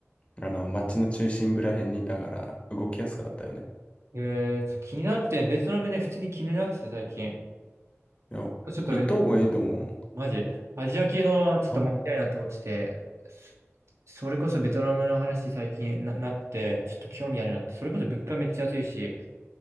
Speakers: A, on the left (about 25°); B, on the right (about 65°).
A: あの、街の中心部ら辺にいたから動きやすかったよね。
B: えーと、気になって、ベトナムね、普通に気になってて最近。
A: いや、
B: ちょっと、
A: 行った方がいいと思う。
B: マジ、アジア系のちょっと回りたいなと思ってて、
A: た
B: そそれこそベトナムの話最近な、なって、ちょっと興味あるなって、それこそ物価めっちゃ安いし、